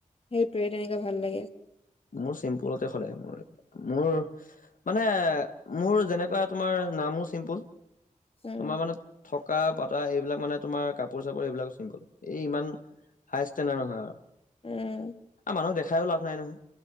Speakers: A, on the left; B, on the left.
A: সেইটোৱে তেনেকা ভাল লাগে।
B: মোৰ চিম্পুলতে সদায় মোৰ মোৰ মানে মোৰ যেনেকোৱা তোমাৰ নামো চিম্পুল
A: উম
B: তোমাৰ মানে ককা পাতা এইবিলাক মানে তোমাৰ কাপোৰ চাপোৰ এইবিলাক চিমপোল এই ইমান হাই ষ্টেণ্ডাৰ্ড নহয় আৰু।
A: উম।
B: মানুহ দেখাইও লাভ নাই নহয়।